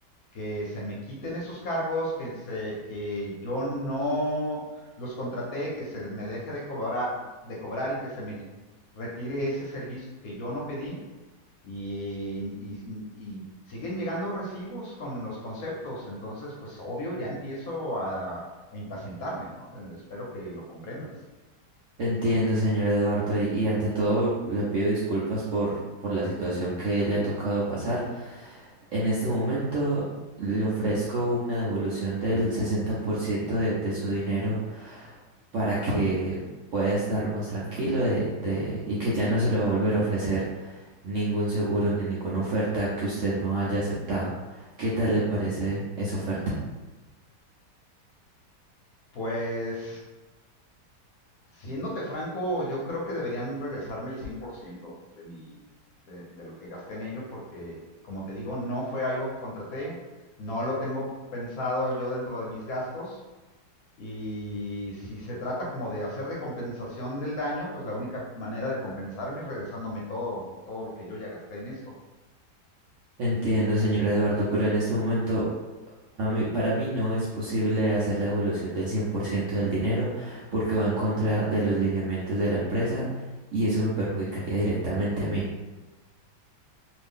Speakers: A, on the left; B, on the right.
A: que se me quiten esos cargos, que, se, que yo no los contraté, que se me deje de cobrar, de cobrar y que se me retire ese servicio que yo no pedí. Y, y, y siguen llegando recibos con los conceptos, entonces pues obvio ya empiezo a, a impacientarme, ¿no? espero que lo comprendas.
B: Entiendo, señor Eduardo, y, y ante todo le pido disculpas por, por la situación que le ha tocado pasar. En este momento le ofrezco una devolución del 60% de, de su dinero para que pueda estar más tranquilo de, de, y que ya no se le va a volver a ofrecer ningún seguro ni ninguna oferta que usted no haya aceptado. ¿Qué tal le parece esa oferta?
A: Pues Siéndote franco, yo creo que deberían regresarme el 100% de, mi, de, de lo que gasté en ello, porque, como te digo, no fue algo que contraté, no lo tengo pensado yo dentro de mis gastos. Y si se trata como de hacer de compensación del daño, pues la única manera de compensarme es regresándome todo, todo lo que yo ya gasté en esto.
B: Entiendo, señor Eduardo, pero en este momento A mí- para mí no es posible hacer la devolución del 100% del dinero porque va en contra de los lineamientos de la empresa y eso me perjudicaría directamente a mí.